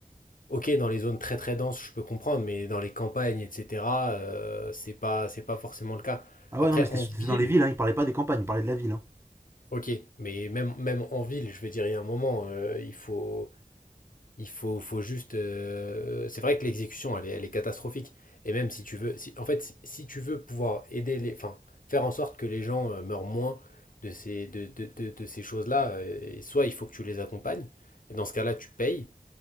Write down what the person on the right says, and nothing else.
Ah
ouais, non, mais c'était
c'était
dans les villes, hein, il parlait pas des campagnes, il parlait de la ville. hein.